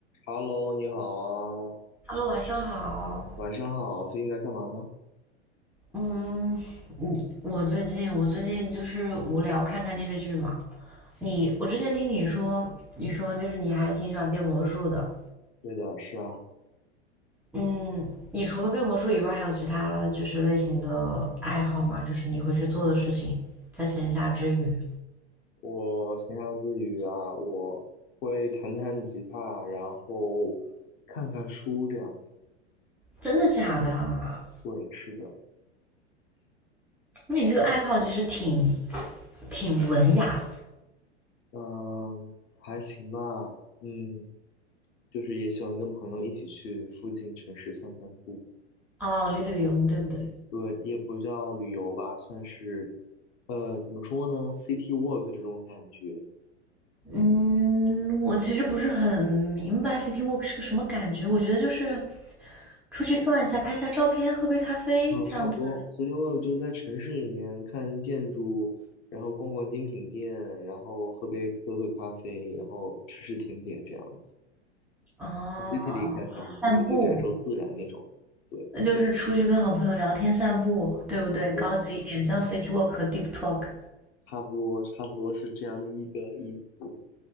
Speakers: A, on the left; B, in the centre.
A: Hello，你好啊，
B: Hello，晚上好。
A: 晚上好，最近在干嘛呢？
B: 嗯，你我最近我最近就是无聊，看看电视剧嘛。你我之前听你说，你说就是你还挺喜欢变魔术的。
A: 对的，是啊，
B: 嗯，你除了变魔术以外，还有其他就是类型的爱好吗？就是你会去做的事情，在闲暇之余。
A: 我闲暇之余啊，我会弹弹吉他，然后看看书这样子。
B: 真的假的啊？
A: 对，是的，
B: 那你这个爱好其实挺挺文雅
A: 嗯，还行吧，嗯，就是也喜欢跟朋友一起去附近城市散散步。
B: 的哦，旅旅游对不对？
A: 对，也不叫旅游吧，算是，呃，怎么说呢，city walk 这种感觉。
B: 嗯，我其实不是很明白 City Walk 是个什么感觉，我觉得就是出去转一下，拍下照片，喝杯咖啡这样子
A: 嗯，差不多。所以，t y 就是在城市里面看建筑，然后逛逛精品店，然后喝杯喝喝咖啡，然后吃吃甜点这样子，
B: 哦，
A: 地里看看，
B: 散步，
A: 不是去感受自然那种。对，
B: 那就是出去跟好朋友聊天散步，对不对？
A: 差不多，
B: 高级一点叫 City Walk 和 Deep Talk。
A: 差不多，差不多是这样的一个意思。